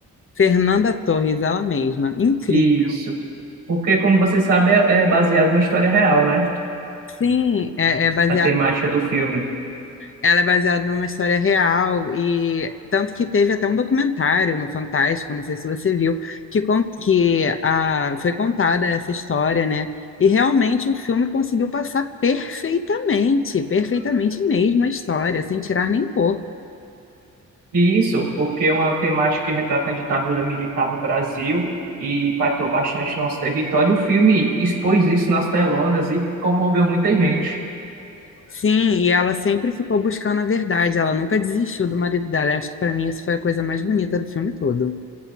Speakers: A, on the left; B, on the right.
A: Fernanda Torres, ela mesma. Incrível.
B: Isso. Porque, como você sabe, é é baseado em história real, né?
A: Sim, é, é baseado
B: A temática do filme.
A: Ela é baseada numa história real e tanto que teve até um documentário no Fantástico, não sei se você viu, que, con- que a, foi contada essa história, né? E realmente o filme conseguiu passar perfeitamente, perfeitamente mesmo a história, sem tirar nem pôr.
B: E Isso, porque é uma temática que retrata a ditadura militar do Brasil e impactou bastante nosso território. O filme expôs isso nas telonas e comoveu muita gente.
A: Sim, e ela sempre ficou buscando a verdade, ela nunca desistiu do marido dela. Eu Acho que para mim isso foi a coisa mais bonita do filme todo.